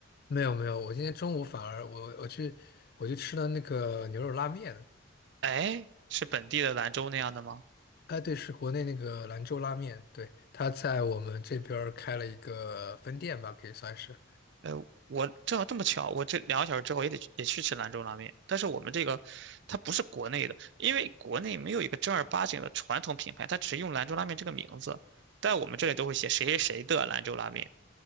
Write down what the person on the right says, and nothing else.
哎，是本地的兰州那样的吗？
呃，我正好这么巧，我这两个小时之后也得去也去吃兰州拉面，但是我们这个它不是国内的，因为国内没有一个正儿八经的传统品牌，它只用兰州拉面这个名字，在我们这里都会写谁谁谁的兰州拉面。